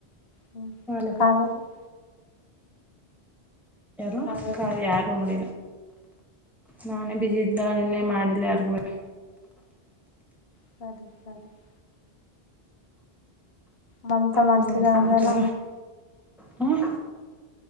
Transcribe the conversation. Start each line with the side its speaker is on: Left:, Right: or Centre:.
Left: ಹ್ಮ್
Centre: ಮಾಲಕ
Left: ಕಾದರಿ <inaudible>
Centre: ಯಾರೋ
Left: ಕಾವೇರಿ
Centre: ಕ ಯಾರ ಮುಲ್ಲ
Left: ಹ್ಮ್
Centre: ನಾನೇ ಬ್ಯುಸಿಇದ್ದಲ್ಲ ನೆನ್ನೆ ಮಾಡಿಲ್ಲ ಯಾರಿಗುವ
Left: ಸರಿ ಸರಿ <inaudible> ಮಮತಾ ಮಾಡ್ತಿದ
Centre: ಹ್ಮ್ ಸಮಾಚಾರ
Left: ಅಂದೆಲ್ಲ
Centre: ಹ